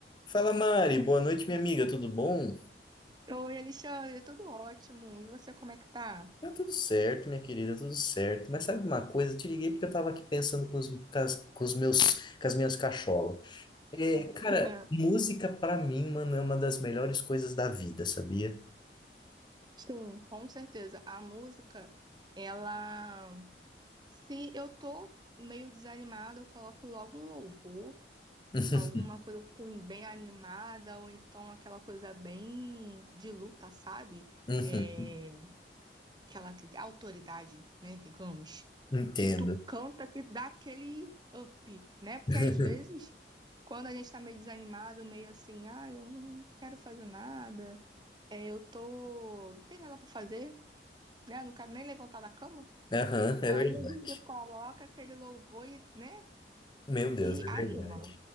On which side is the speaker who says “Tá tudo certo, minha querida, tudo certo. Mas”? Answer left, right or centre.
Left